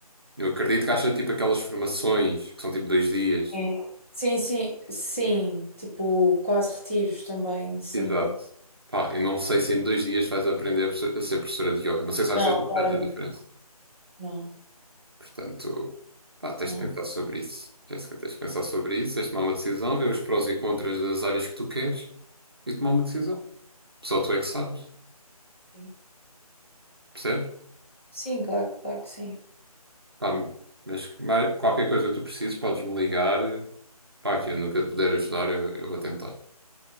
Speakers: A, on the right (about 40°); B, on the left (about 20°).
A: Eu acredito que haja tipo aquelas formações que são tipo dois dias.
B: Sim, sim, sim, sim, tipo, quase retiros também, sim.
A: Exato. Pá, eu não sei se em dois dias vais aprender a profe- a ser professora de yoga. Não sei se vais
B: Não,
A: ter
B: claramente
A: tanta diferença.
B: não. Não,
A: Portanto, pá, tens
B: não,
A: de pensar sobre isso. Jéssica, tens de pensar sobre isso, tens de tomar uma decisão, ver os prós e contras das áreas que tu queres e tomar uma decisão. Só tu é que sabes,
B: sim.
A: percebes?
B: Sim, claro, claro que sim.
A: Pá, mas mais- qualquer coisa que tu precises, podes me ligar. Pá, aqui, no que eu te puder ajudar, eu, eu vou tentar.